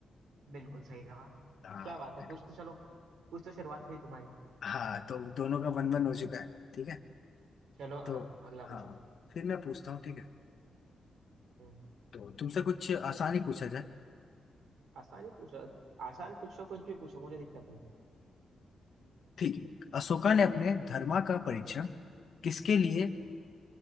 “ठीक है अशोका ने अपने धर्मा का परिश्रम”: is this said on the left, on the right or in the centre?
Left